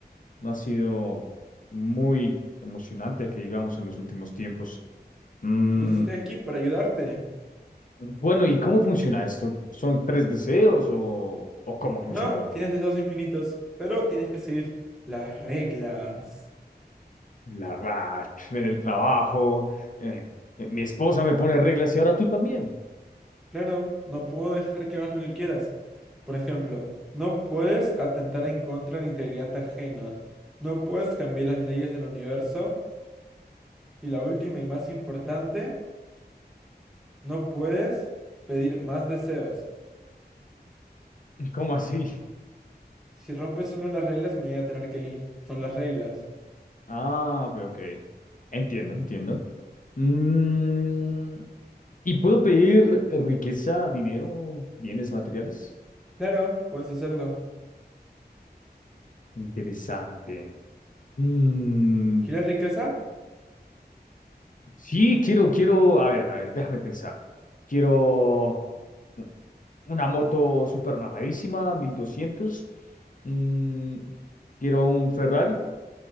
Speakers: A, on the left (about 50°); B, in the centre.
A: no ha sido muy emocionante, que digamos, en los últimos tiempos. Mm,
B: Por eso estoy aquí, para ayudarte.
A: Bueno, ¿y cómo funciona esto? ¿Son tres deseos o, o cómo funciona
B: No,
A: la cosa?
B: tienes deseos infinitos, pero tienes que seguir las reglas.
A: La- ah, en el trabajo, eh, eh, mi esposa me pone reglas y ahora tú también.
B: Claro, no puedo dejar que hagas lo que quieras. Por ejemplo, no puedes atentar en contra de la integridad ajena. No puedes cambiar las leyes del universo. Y la última y más importante, no puedes pedir más deseos.
A: <laughs> ¿Cómo así?
B: Si rompes una de las reglas, me voy a tener que ir. Son las reglas.
A: Ah, ok, ok. Entiendo, entiendo. Mm, ¿y puedo pedir riqueza, dinero, bienes materiales?
B: Claro, puedes hacerlo.
A: Interesante. Mm,
B: ¿Quieres riqueza?
A: sí, quiero, quiero, a ver, a ver, déjame pensar. Quiero... u- una moto super mamadísima, 1200. mm, quiero un Ferrari